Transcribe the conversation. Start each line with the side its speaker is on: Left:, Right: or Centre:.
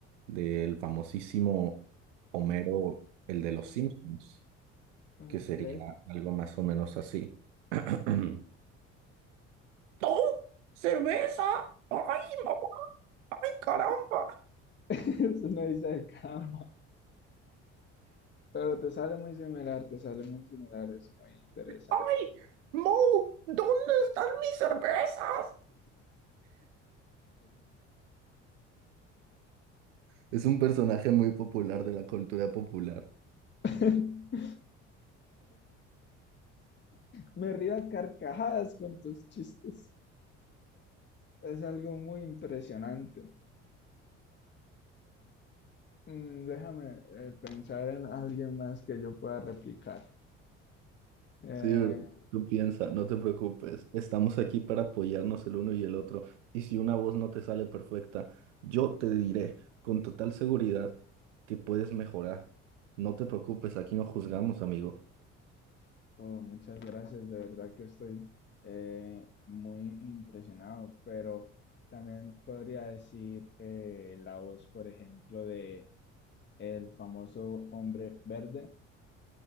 Right: del famosísimo Homero, el de los Simpsons.
Left: Ok.
Right: que sería algo más o menos así. <clears throat> ¡Oh! ¡Cerveza! ¡Ay, mamá! ¡Ay, caramba!
Left: <laughs> Es una isla de cama. Pero te sale muy similar, te sale muy similar. Es muy interesante.
Right: ¡Ay! ¡Mo! ¿Dónde están mis cervezas? Es un personaje muy popular de la cultura popular.
Left: <laughs> Me río a carcajadas con tus chistes. Es algo muy impresionante. Mm, déjame eh, pensar en alguien más que yo pueda replicar. Eh,
Right: Sí, bro. Tú piensa, no te preocupes. Estamos aquí para apoyarnos el uno y el otro. Y si una voz no te sale perfecta, yo te diré con total seguridad que puedes mejorar. No te preocupes, aquí no juzgamos, amigo.
Left: Oh, muchas gracias, de verdad que estoy eh, muy impresionado, pero también podría decir eh, la voz, por ejemplo, de el famoso hombre verde